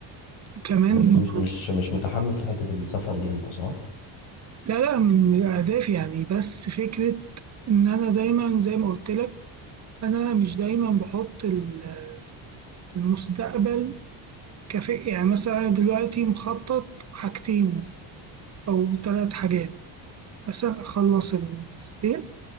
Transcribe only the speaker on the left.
بس مش مش مش متحمس لحته السفر دي انت صح